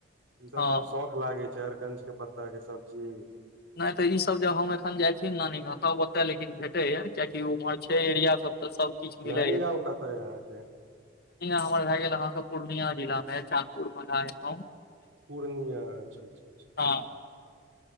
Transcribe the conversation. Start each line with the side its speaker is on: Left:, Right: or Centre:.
Right: ई सब
Left: हँ
Right: तऽ आब शौख लागे छै अरकंज के पत्ता के सब्जी
Left: नहि तऽ ई सब जे हम एखन जाइ छी नानी गांव तब ओतय लेकिन भेटैया कियकि उम्हर छै एरिया सब तऽ सब किछु मिलैएा
Right: नानी गाँव कतऽ य अहाँके
Left: हियाॅं हमर भए गेल अहाँके पूर्णिया जिला मे चाकुर मघांए गांव
Right: पूर्णिया अच्छा अच्छा अच्छा
Left: हँ